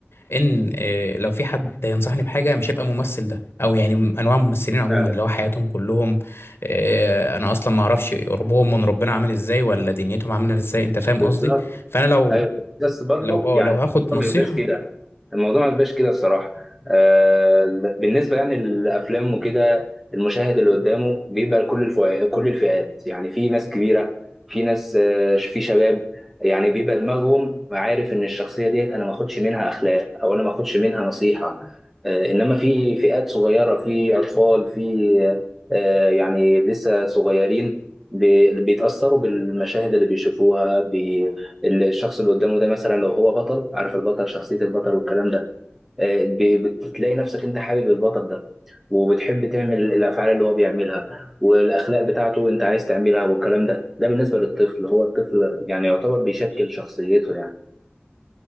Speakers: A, on the left (about 75°); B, in the centre.
A: ان آه، لو في حد هينصحني بحاجه مش هيبقى الممثل ده او يعني انواع الممثلين عموما
B: فعلا
A: اللي هو حياتهم كلهم آه، انا اصلا ما اعرفش قربهم من ربنا عامل ازاي ولا دنيتهم عامله ازاي انت فاهم
B: بالظبط
A: قصدي فانا لو
B: ايوه بس برضو
A: لو اه
B: يعني
A: لو هاخد
B: الموضوع
A: نصيحة
B: ما يبقاش كده الموضوع ما يبقاش كده الصراحه آه بالنسبه يعني للافلام وكده المشاهد اللي قدامه بيبقى كل الفئات كل الفئات يعني في ناس كبيره في ناس آه في شباب يعني بيبقى دماغهم عارف ان الشخصيه ديت انا ما اخدش منها اخلاق او انا ما اخدش منها نصيحه آه انما في فئات صغيره في اطفال في آه يعني لسه صغيرين بي- بيتاثروا بالمشاهد اللي بيشوفوها بي الشخص اللي قدامه ده مثلا لو هو بطل عارف البطل شخصية البطل والكلام ده آه، ب- بتلاقي نفسك انت حابب البطل ده وبتحب تعمل الافعال اللي هو بيعملها والاخلاق بتاعته انت عايز تعملها والكلام ده ده بالنسبة للطفل هو الطفل يعني يعتبر بيشكل شخصيته يعني